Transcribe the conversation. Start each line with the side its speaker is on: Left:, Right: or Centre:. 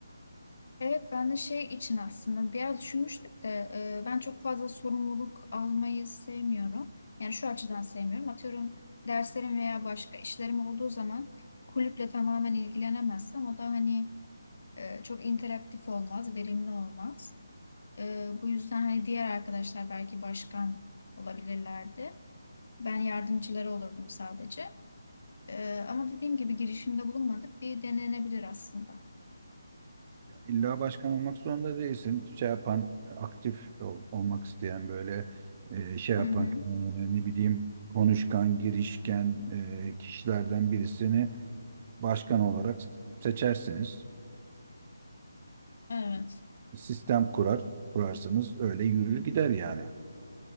Left: Evet ben de şey için aslında bir yer düşünmüştüm de e, ben çok fazla sorumluluk almayı sevmiyorum. Yani şu açıdan sevmiyorum. Atıyorum derslerim veya başka işlerim olduğu zaman kulüple tamamen ilgilenemezsem o da hani e, çok interaktif olmaz, verimli olmaz. E, bu yüzden hani diğer arkadaşlar belki başkan olabilirlerdi. Ben yardımcıları olurdum sadece. E, ama dediğim gibi girişimde bulunmadık. Bir denenebilir aslında.
Right: İlla başkan olmak zorunda değilsin. Şey yapan, aktif ol- olmak isteyen böyle e, şey yapan,
Left: Hı hı.
Right: e, ne bileyim konuşkan, girişken e, kişilerden birisini başkan olarak seçersiniz.
Left: Evet.
Right: sistem kurar, kurarsanız öyle yürür gider yani.